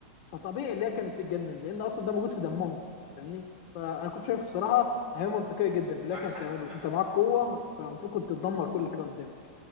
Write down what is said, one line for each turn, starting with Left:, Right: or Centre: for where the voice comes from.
Left: فطبيعي اللي هي كانت تتجنن لان اصلا ده موجود في دمهم فاهمني فانا كنت شايف الصراحه إن هي منطقيه جدا اللي
Right: معك
Left: هي كانت
Right: حق
Left: تعمله
Right: معك
Left: انت معاك قوه فالمفروض كنت تدمر كل حاجه قدامك